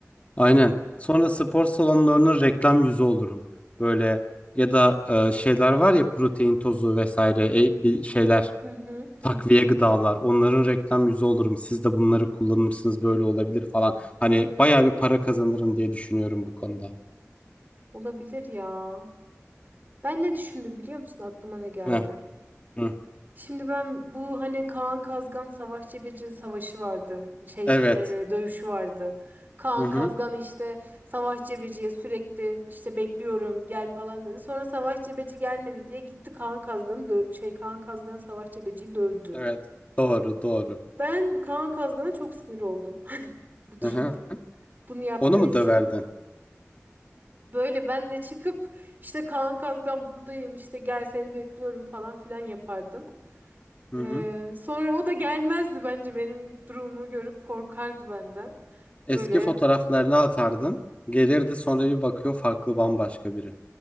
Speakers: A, on the left; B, on the right.
A: Aynen. Sonra spor salonlarının reklam yüzü olurum. Böyle ya da e, şeyler var ya protein tozu vesaire e, bir şeyler
B: Hı hı hı
A: takviye
B: hı.
A: gıdalar onların reklam yüzü olurum. Siz de bunları kullanırsınız böyle olabilir falan. Hani bayağı bir para kazanırım diye düşünüyorum bu konuda.
B: Olabilir ya. Ben ne düşündüm biliyor musun? Aklıma ne geldi?
A: Heh, hı.
B: Şimdi ben bu hani Kaan Kazgan Savaş Cebeci savaşı vardı. Şey
A: Evet.
B: e, dövüşü vardı. Kaan
A: Hı hı.
B: Kazgan işte Savaş Cebeci'ye sürekli işte bekliyorum gel falan dedi. Sonra Savaş Cebeci gelmedi diye gitti Kaan Kazgan'ı dö- şey Kaan Kazgan Savaş Cebeci'yi dövdü.
A: Evet. Doğru, doğru.
B: Ben Kaan Kazgan'a çok sinir oldum <laughs> bu durumda.
A: Hı hı.
B: Bunu yaptığı
A: Onu mu
B: için.
A: döverdin?
B: Böyle ben de çıkıp işte Kaan Kazgan buradayım işte gel seni bekliyorum falan filan yapardım.
A: Hı
B: Ee,
A: hı.
B: sonra o da gelmezdi bence benim durumumu görüp korkardı benden.
A: Eski
B: Böyle
A: fotoğraflarını atardın. Gelirdi sonra bir bakıyor farklı bambaşka biri.